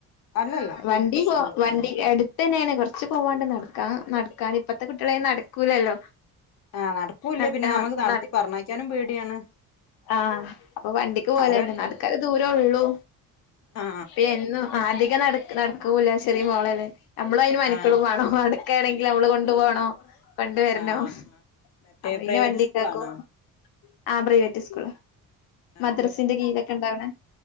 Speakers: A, on the left (about 50°); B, on the left (about 85°).
A: അല്ലല്ല
B: ആ
A: ഫുഡ്
B: വണ്ടി
A: സ്കൂൾ
B: പോ
A: തന്നെയാണ്
B: വണ്ടിടു അട്ത്തെന്നെയാണ് കൊറച്ച് പോവാണ്ട് നടക്കാ നടക്കാൻ ഇപ്പത്തെ കുട്ടികളെയ്ന് നടക്കൂലല്ലോ
A: ആ നടക്കൂല്ല
B: നടക്കാൻ
A: പിന്നെ നമുക്ക് നടത്തി
B: നട
A: പറഞ്ഞയക്കാനും പേടിയാണ്
B: ആഹ അപ്പൊ വണ്ടിക്ക് പോലെന്നെ
A: അവര
B: നടക്കാ ദൂര ത്ര ഉള്ളൂ
A: ആ
B: പി എന്നും ആദി <unintelligible> നടക്ക് നടക്കൂലാ ചെറിയ മോളല്ലെ നമ്മള അയിന് മെനക്കെടുണോ
A: ആ
B: മടുക്കാണെങ്കിൽ നമ്മള്
A: ആ
B: കൊണ്ടു പോോണോ കൊണ്ടുവരണോ
A: ആഹ് ആഹ് മറ്റേ
B: അ
A: പ്രൈവറ്റ്
B: അെ വണ്ടിാക്കും
A: സ്കൂളാണോ
B: ആഹ പ്രൈവേറ്റ് സ്കൂൾ
A: ആഹ്
B: മദ്രസിന്റെ കീഴൊക്കെ ഇണ്ടാവണ